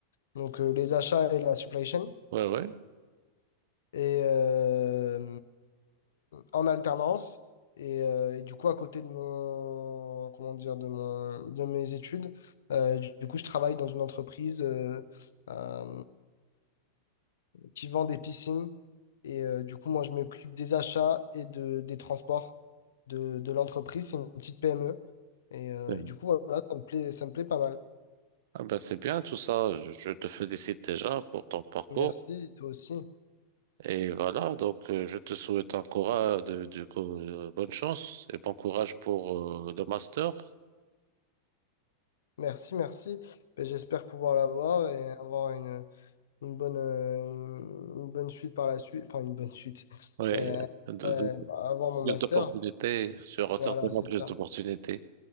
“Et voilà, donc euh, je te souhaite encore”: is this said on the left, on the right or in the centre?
Right